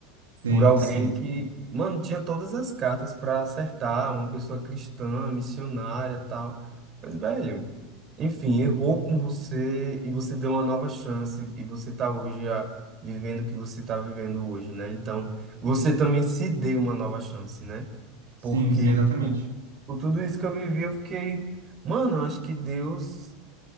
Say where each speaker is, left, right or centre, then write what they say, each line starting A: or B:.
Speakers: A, on the right (about 85°); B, on the right (about 40°).
A: Sim,
B: por alguém
A: sim,
B: que, mano, tinha todas as cartas para acertar, uma pessoa cristã, missionária, tal. Mas, velho, enfim, errou com você e você deu uma nova chance e você tá hoje ah, vivendo o que você tá vivendo hoje, né? Então, você também se deu uma nova chance, né?
A: sim,
B: Porque
A: exatamente.
B: com com tudo isso que eu vivi, eu fiquei, mano, eu acho que Deus